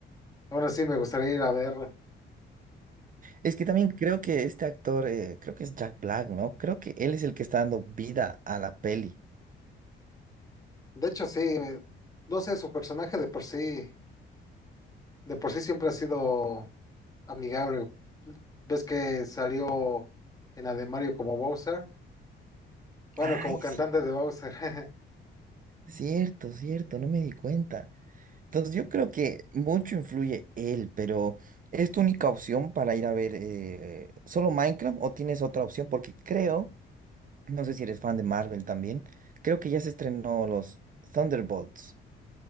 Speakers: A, on the left; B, on the right.
A: aún así me gustaría ir a verla.
B: Es que también creo que este actor, eh, creo que es Jack Black, ¿no? Creo que él es el que está dando vida a la peli.
A: De hecho, sí, no sé, su personaje de por sí. De por sí siempre ha sido amigable. ¿Ves que salió en Ademario como Bowser? Bueno,
B: Ay,
A: como cantante
B: sí,
A: de Bowser. <laughs>
B: cierto, cierto, no me di cuenta. Entonces yo creo que mucho influye él, pero ¿es tu única opción para ir a ver eh, solo Minecraft o tienes otra opción? Porque creo, no sé si eres fan de Marvel también, creo que ya se estrenó los Thunderbolts.